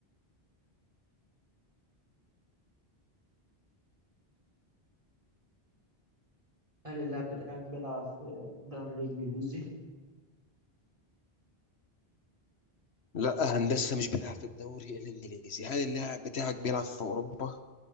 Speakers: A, on the right (about 35°); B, on the left (about 80°).
A: هل اللاعب بتاعك بيلعب في الدوري الإنجليزي
B: لا هندسة مش بيلعب في الدوري الإنجليزي هل اللاعب بتاعك بيلعب في أوروبا؟